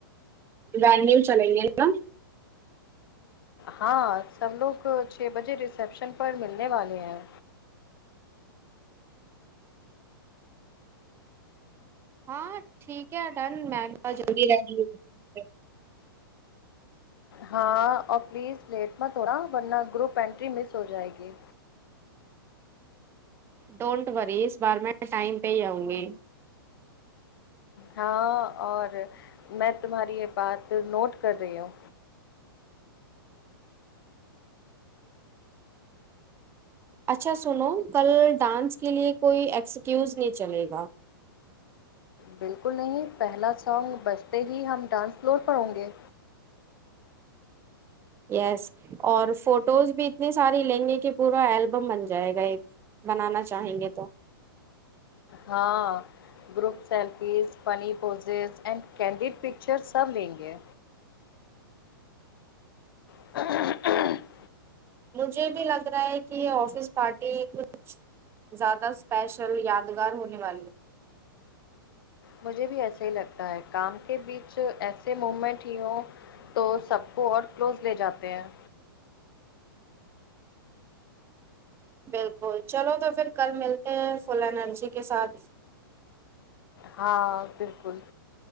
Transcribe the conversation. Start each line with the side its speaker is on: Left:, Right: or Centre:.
Right: برانڈ نیو چلیں گے نا
Left: ہاں سب لوگ چھ بجے ریسپشن پر ملنے والے ہیں
Right: ہاں ٹھیک ہے ڈن میں <unintelligible>
Left: ہاں اور پلیز لیٹ ما تھوڑا ورنہ گروپ انینٹری مس ہو جائے گی
Right: ڈونٹ وری اس بار میں ٹائم پہ ہی آؤں گی
Left: ہاں اور میں تمہاری یہ بات نوٹ کر رہی ہوں
Right: اچھا سنو کل ڈانس کے لیے کوئی ایکسکیوز نہیں چلے گا
Left: بالکل نہیں پہلا سانگ بجتے ہی ہم ڈانس فلور پر ہوں گے
Right: یس اور فوٹوز بھی اتنی ساری لیں گے کہ پورا البم بن جائے گا ایک بنانا چاہیں گے تو
Left: ہاں group selfies funny poses and candid picture سب لیں گے <unintelligible>
Right: مجھے بھی لگ رہا ہے کہ یہ آفس پارٹی کچھ زیادہ اسپیشل یادگار ہونے والے
Left: مجھے بھی ایسا ہی لگتا ہے کام کے بیچ ایسے مومنٹ ہی ہوں تو سب کو اور کلوز لے جاتے ہیں
Right: بالکل چلو تو پھر کل ملتے ہیں فل انرجی کے ساتھ
Left: ہاں بالکل